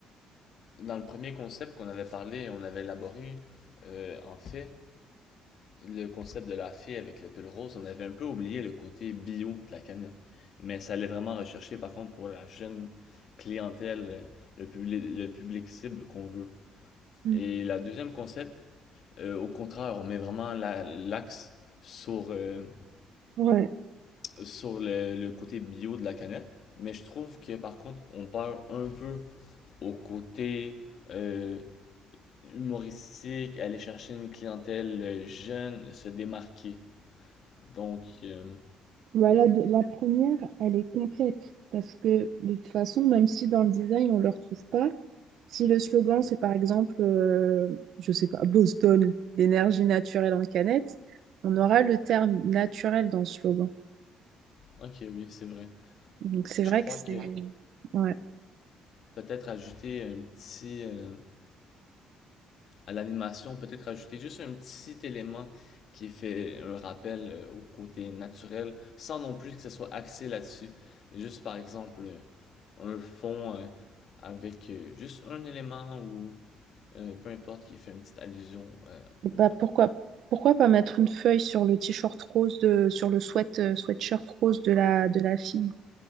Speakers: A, on the left (about 55°); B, on the right (about 65°).
A: dans le premier concept qu'on avait parlé, on avait élaboré, euh, en fait, le concept de la fée avec le pull rose, on avait un peu oublié le côté bio de la canette. Mais ça allait vraiment rechercher, par contre, pour la jeune clientèle, euh, le public, le public cible qu'on veut.
B: Mm.
A: Et la deuxième concept, euh, au contraire, on met vraiment la- l'axe sur, euh,
B: Ouais.
A: sur le, le côté bio de la canette. Mais je trouve que, par contre, on perd un peu au côté euh, humoristique, aller chercher une clientèle euh, jeune, se démarquer. Donc, euh,
B: Voilà, de- la première, elle est complète parce que de toute façon, même si dans le design on le retrouve pas, si le slogan c'est par exemple, euh, je sais pas, Boston, d'énergie naturelle en canette, on aura le terme naturel dans le slogan.
A: Ok, oui, c'est vrai.
B: Donc c'est
A: Je
B: vrai
A: crois
B: que c'est
A: que
B: ouais.
A: peut-être ajouter un petit, euh, à l'animation, peut-être ajouter juste un petit élément qui fait un rappel euh, au côté naturel, sans non plus que ce soit axé là-dessus. Juste par exemple, euh, un fond euh, avec euh, juste un élément ou euh, peu importe qui fait une petite allusion euh,
B: Et
A: au...
B: bah pourquoi
A: euh,
B: pourquoi pas mettre une feuille sur le t-shirt rose de sur le sweat euh, sweatshirt rose de la de la fille.